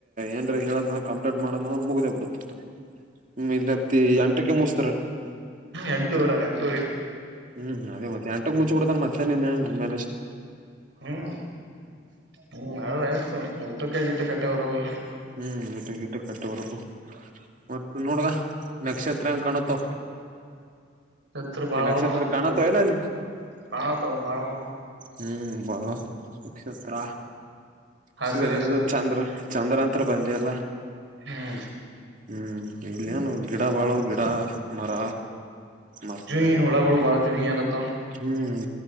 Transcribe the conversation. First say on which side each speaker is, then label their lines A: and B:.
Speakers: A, on the right; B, on the right.
A: ಏನ್ರ ಹೇಳದ ಕಂಪ್ಲೇಂಟ್ ಮಾಡ ಮುಗ್ದೇ ಬಿಡುತ್ತ ಹ್ಮ ಇನ್ನತ್ತ ಎಂಟಕ್ಕೆ ಮುಸ್ತಾರ
B: ಎಂಟೂವರೆ ಎಂಟೂವರೆ
A: ಹ್ಮ್ ಅದೇ ಮತ್ತೆ ಎಂಟಕ್ ಮುಚ್ಚಿ ಬಿಡ್ತನ್ ಮತ್ತೆ ನಿನ್ ಮೇ
B: ಹ್ಮ್ ಹ್ಮ್ ನಾಳದಯ್ತು ಊಟಕ್ಕಾಯಗಿಟ್ಟು ಕಟ್ಟೆ ಹೊರ ಹೋದು
A: ಹ್ಮ್ ಗಟ್ಟ ಗಿಟ್ಟ ಕಟ್ಟವರೆಕು ಮತ್ತ ನೋಡದ ನಕ್ಷತ್ರ ಎತ್ರ ಕಾಣುತ್ತೋ
B: ಎತ್ರ ಬಾಳವ
A: ಎ ನಕ್ಷತ್ರ
B: ಪಕ್ಕು
A: ಕಾಣತ ಎಲ್ಲ ಅಲ್ಲಿ
B: ಕಾಣತಾವ ಬಾಳವ
A: ಹ್ಮ್ ಬಾ ನಕ್ಷತ್ರ
B: ಹಸಿರು
A: ಸ ಇ
B: ಹಸಿರು
A: ಚಂದ್ರ ಚಂದ್ರ ಅಂತ ಹತ್ರ ಬಂದ ಅಲ್ಲ
B: ಹ್ಮ್
A: ಹ್ಮ್ ಇಲ್ಲ ಏನು ಗಿಡ ಬಾಳ ಗಿಡ ಮರ ಮತ್ತ
B: ಜುಯಿ ಹುಳಗಳು ಬಾಳ ಜುಯಿ ಅಲತ್ತವ
A: ಹ್ಮ್